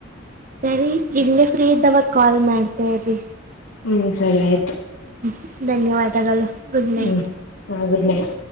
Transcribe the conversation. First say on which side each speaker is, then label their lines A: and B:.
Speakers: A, on the right (about 40°); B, on the left (about 75°).
A: ಸರಿ ಇಲ್ಲೇ ಫ್ರೀ ಇದ್ದಾವಾಗ ಕಾಲ್ ಮಾಡ್ತೇರಿ
B: ಹ್ಮ್ ಸರಿ ಆಯ್ತು
A: ಹ್ಮ್ ಧನ್ಯವಾದಗಳು ಗುಡ್ ನೈಟ್
B: ಹ್ಮ್ ಹಾ ಗುಡ್ ನೈಟ್